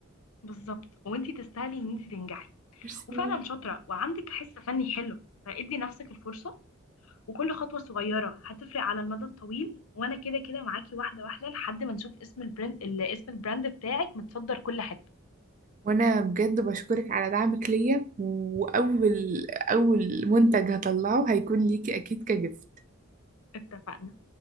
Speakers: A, on the left; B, on the right.
A: بالظبط وانتي تستاهلي إن انتي تنجحي
B: ميرسي
A: وفعلا شاطرة وعندك حس فني حلو فادي نفسك الفرصة وكل خطوة صغيرة هتفرق على المدى الطويل وأنا كده كده معاكي واحدة واحدة لحد ما نشوف اسم البراند ال- اسم البراند بتاعك متصدر كل حتة
B: وانا بجد بشكرك على دعمك ليا واول اول منتج هطلعه هيكون ليكي اكيد كجفت
A: اتفقنا